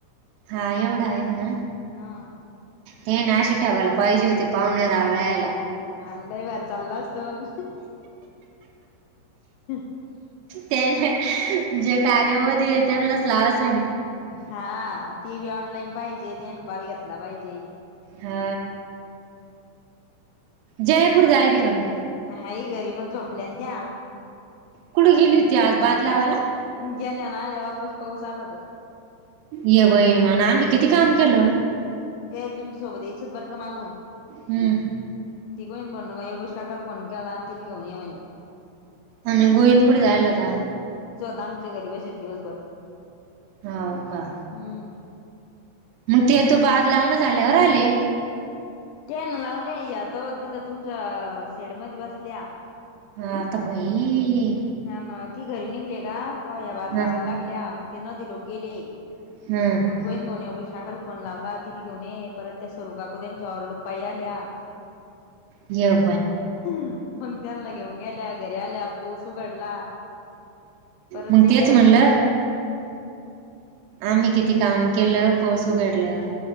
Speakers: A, on the right; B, on the left.
A: हा एवढा आहे म्हणा
B: हा
A: हे ना शट ठेवायला पाहिजे होते <unintelligible> आवळयला.
B: आ लय बारी चालल असत मग. <inaudible>
A: त्यान ज्या कार्यामध्ये येतनलाच लावाच.
B: हा ती वी ऑनलाईन पाहिजे त्यान कॉल घेतला पाहिजे.
A: हा जया कुट जायायली का नाई
B: हाई घरी पण झोपल्यान त्या.
A: कुड गेली होती आज बादलावाला.
B: गेल्या ना आल्या वापस पाऊस आलात.
A: ये ब ये म्हण आम्ही किती काम केलं.
B: तेईल तुमच्या सोबत याचच बर का मागून
A: हम्म
B: तिकईन बन विशाकाला फोन कला आणतील घेऊन य म्हणे.
A: आणि गोईंद कुडे जायला होता.
B: आता आमच्या घरी बसेन दिवसभर.
A: हाव का
B: हम्म
A: मग ते तो बाद लावून झाल्यावर आले.
B: तेन लावले या तवर तिथं तुमच्या आ शेड मदी बसल्या.
A: हाता बई
B: ना ना ती घरी निघली का तवया बाद
A: हा
B: लावा लागल्या मग ते नदी लोक गेले.
A: हम्म
B: मगोईन भाऊणे विशाकाला फोन लावला तिल घेऊन ये परत त्या स्वरुगाकू त्यांच्यावर लोकपाई आल्या. ह
A: येऊ
B: मंग त्यांनला घेऊ गेल्या. घरी आल्या पोस उघडला परत
A: मग
B: तेज्या
A: तेच म्हणलं आम्ही किती काम केलं पोस उघडल्यावर.